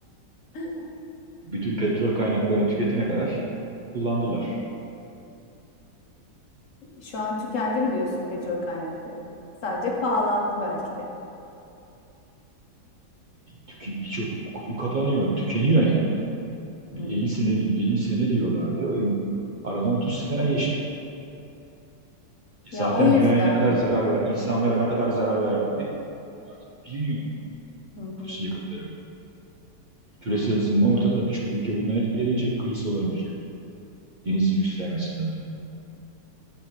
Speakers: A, on the left; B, on the right.
A: <gasps>
B: bütün petrol kaynaklarını tüketene kadar kullandılar.
A: şu an tükendi mi diyorsun petrol kaynakları? Sadece pahalandı belki de.
B: Tüke- Birçok kuyu kapanıyor, tükeniyor yani. Bir
A: Hmm.
B: 50 sene 50 sene diyorlardı. O el- Aradan 30 sene geçti. E
A: Ya
B: zaten
A: o yüzden
B: dünyaya ne kadar zarar
A: evet.
B: ve insanlara ne kadar zarar verdi artık biliniyor
A: Hı hı.
B: fosil yakıtların. Küresel ısınma ortada. Birçok ülke bundan etkilenecek. Kıyısı olan ülke. Deniz yükselmesinden dolayı.